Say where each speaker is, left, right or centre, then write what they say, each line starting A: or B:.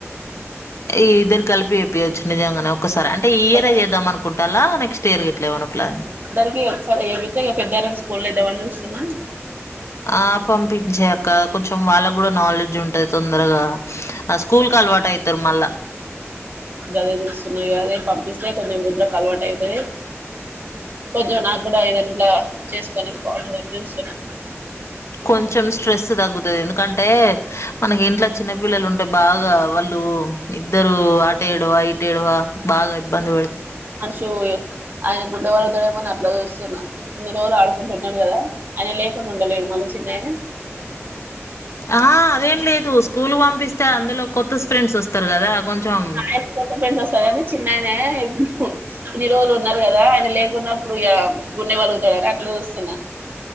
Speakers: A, on the left; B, on the right.
A: ఈ ఇద్దరు కలిపి చెపియొచ్చు నిజాంగానే ఒసారి అంటే ఈ ఇయర్
B: ఒకసా
A: అది చేద్దామ అనుకుంటాల నెక్స్ట్ ఇయర్ గిట్ల ఏమన్నా ప్లాన్
B: దానికి ఒకసారి ఏపిచ్చే ఇగ పెద్దానాని స్కూల్ లో ఎద్దామని చూస్తున్నా
A: ఆ పంపించేయి అక్క కొంచెం వాళ్ళకు కూడా నాలెడ్జ్ ఉంటది తొందరగా ఆ స్కూల్ కు అలవాట అయితారు మల్ళా
B: అదే చూస్తున్నా ఇగ అదే పంపిస్తే కొంచెం వృద్రకు అలవాటు అవుతది కొంచెం నాకు కూడా ఏదంట్లా చేసుకోడానికి బాగుంటందని చూస్తున్నా
A: కొంచెం స్ట్రెస్ తగ్గుతది ఎందుకంటే మనకి ఇంట్లో చిన్నపిల్లలు ఉంటే బాగా వాళ్ళు ఇద్దరు ఆటు ఏడువ ఇటు ఏడువ బాగా ఇబ్బంది పెడతా
B: అన్షు ఆయన గుండె పలుగుతాడేమో అని అట్లా చూస్తున్నా అన్ని రోజలు ఆడుకుంటున్నాడు కదా అని లేకుండా ఉండలేడు మళ్ళీ చిన్నయన
A: ఆహా అదేం లేదు స్కూల్ కు పంపిస్తే అందులో కొత్త ఫ్రెండ్స్ వస్తారు కదా కొంచెం
B: ఆయన కి కొత్త ఫ్రెండ్స్ వస్తారు కానీ చిన్నయనే ఇన్ని రోజులు ఉన్నారు కదా ఆయన లేకున్నప్పుడు ఇగ గుండె వలుగుతాడని అట్ల చూస్తున్నా